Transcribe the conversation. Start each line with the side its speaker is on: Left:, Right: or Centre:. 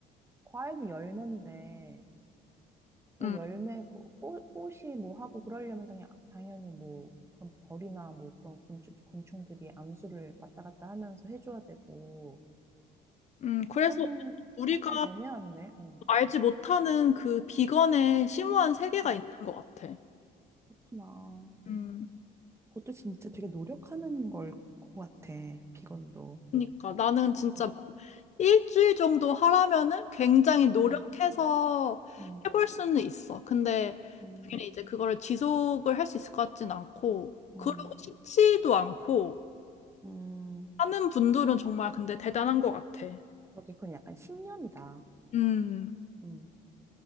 Right: 과일도 열매인데, 뭐
Left: 음,
Right: 열매, 그 꽃, 꽃이 뭐 하고 그러려면 당연, 당연히 뭐 그런 벌이나 뭐 그런 곤충, 곤충들이 암수를 왔다 갔다 하면서 해줘야 되고
Left: 음. 그래서
Right: 그러면
Left: 우리가
Right: 약간 애매한데? 어.
Left: 알지 못하는 그 비건의 심오한 세계가
Right: 음,
Left: 있는 것 같아.
Right: 그렇구나.
Left: 음.
Right: 그것도 진짜 되게 노력하는 걸 것 같아, 비건도.
Left: 그러니까 나는 진짜
Right: 음.
Left: 뭐 일주일 정도 하라면은 굉장히 노력해서
Right: 음, 음,
Left: 해볼 수는 있어. 근데
Right: 음,
Left: 당연히 이제 그거를 지속을 할 수 있을 것 같진 않고 그러고
Right: 음,
Left: 싶지도 않고
Right: 음.
Left: 하는 분들은 정말 근데 대단한 것 같아.
Right: 그러게 그건 약간 신념이다.
Left: 음,
Right: 음,